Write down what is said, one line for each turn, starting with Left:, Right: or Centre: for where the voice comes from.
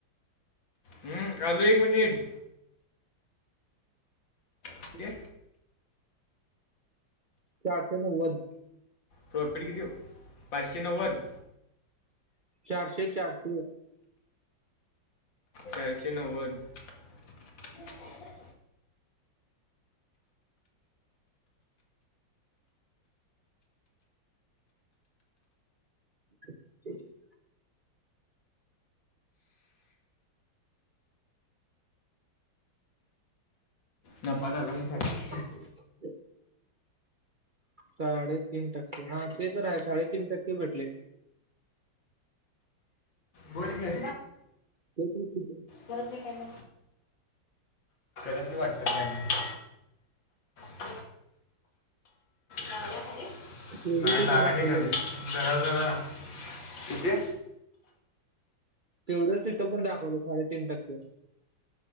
Left: हं आलो एक मिनिटं. म्हणजे
Right: चारशे नव्वद.
Left: प्रॉफिट किती मग, पाचशे नव्वद?
Right: चारशे चारशे.
Left: चारशे नव्वद. <unintelligible>
Right: <unintelligible>
Left: नफा घालवला सगळा.
Right: <unintelligible> साडेतीन टक्के हा ते तरय साडेतीन टक्के भेटले.
Left: बोल की.
Right: त <unintelligible>
Left: नाही करब नाही वाटत नाही <unintelligible> गवले खली
Right: तेवढं
Left: नाही
Right: तिथे
Left: लाग
Right: दाखवलंय
Left: नाही नीघाले
Right: मी.
Left: जरा जरा किती
Right: तेवढंच तिथं पण दाखवलं साडेतीन टक्के.